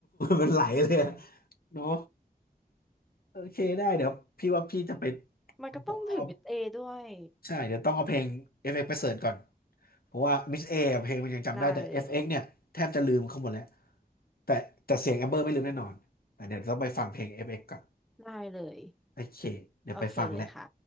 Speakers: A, on the left; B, in the centre.
A: มันไหลเลยอะเนาะ โอเคได้เดี๋ยวพี่ว่าพี่จะไป
B: มันก็ต้องถึงมิสเอด้วย
A: เอาใช่เดี๋ยวต้องเอาเพลง FX ไปเสิร์ชก่อนเพราะว่า Miss A อะเพลงมันยังจำได้แต่
B: ได้เลย
A: FX เอ็กซ์เนี่ยแทบจะลืมเขาหมดแล้วแต่แต่เสียงแอมเบอร์ไม่ลืมแน่นอนแต่เดี๋ยวต้องไปฟังเพลง FX กซ์ก่อน
B: ได้เลย
A: โอเคเดี๋ยวไปฟังแหละ
B: โอเคเลยค่ะ